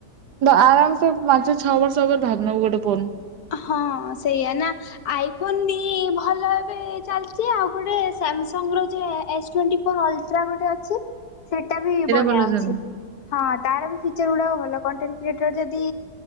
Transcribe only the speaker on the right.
ଆରାମସେ ପାଞ୍ଚ ଛଅ ବର୍ଷ ପରେରେ ଭାଗ ନେବୁ ଗୋଟେ ଫୋନ୍
ଭଲ
ଚାଲୁନି।